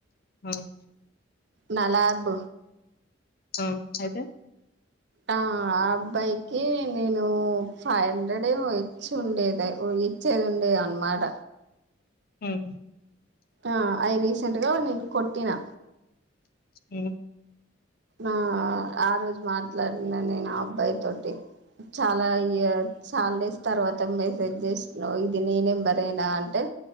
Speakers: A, on the left; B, on the right.
A: హుమ్
B: నా లాబ్
A: ఆ అయితే
B: ఆ ఆ అబ్బాయికి నేను ఫైవ్ హండ్రెడ్ ఏమో ఇచ్చి ఉండేది ఊ ఇచ్చేదుండేది అన్నమాట
A: ఉమ్
B: ఆ అయి రీసెంట్గా నేను కొట్టినా
A: ఊ
B: ఆ ఆరోజు మాట్లాడినా నేను ఆ అబ్బాయి తోటి చాలా ఇయర్ చాలా డేస్ తర్వాత మేసేజ్ చేసినావు ఇది నీ నేంబరేనా అంటే